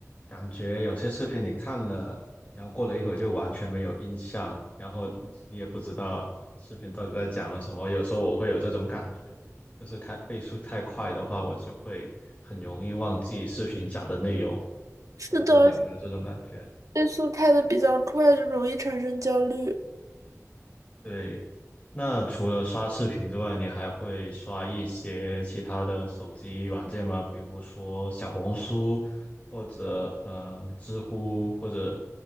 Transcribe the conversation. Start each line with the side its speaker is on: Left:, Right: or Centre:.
Left: 感觉有些视频你看了，然后过了一会儿就完全没有印象，然后你也不知道视频到底在讲了什么。有时候我会有这种感觉，就是开倍速太快的话，我就会很容易忘记视频讲的内容。
Right: 是的，
Left: 我不知道你有没有这种感觉？
Right: 而且倍速开的比较快，就容易产生焦虑。
Left: 对。那除了刷视频之外，你还会刷一些其他的手机软件吗？比如说小红书，或者呃知乎，或者